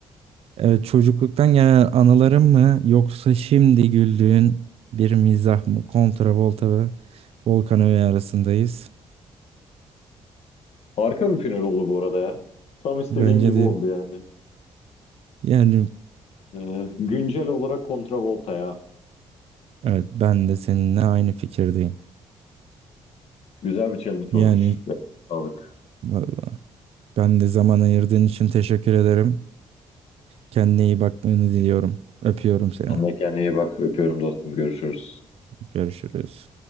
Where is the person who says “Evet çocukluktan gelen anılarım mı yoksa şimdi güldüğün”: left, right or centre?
Right